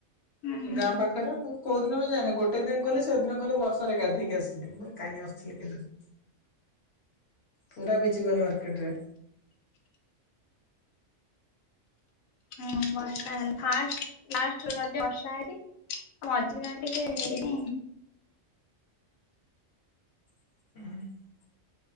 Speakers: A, on the left (about 90°); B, on the left (about 55°).
A: ହୁଁ
B: ଗାଁ ପାଖରେ ମୁଁ କୋଉ ଦିନ ବି ଯାଇନି ଗୋଟେ ଦିନ ଗଲେ ସେଦିନ। ଗଲ ବର୍ଷରେ ଗାଧୋଇକି ଆସି। ନାଁ ମୁଁ କାହିଲି କାଇଁ ଆସୁଥିଲେ କେଜାଣି। ପୁରା ଭିଜି ଗଲି ମାର୍କେଟେ ରେ।
A: ହୁଁ ବର୍ଷା ହେଲା ଫାଷ୍ଟ ଲାଷ୍ଟ ରଜରେ ବର୍ଷା ହେଇଚି ଆମଝଦିନ ଟିକେ
B: <inaudible>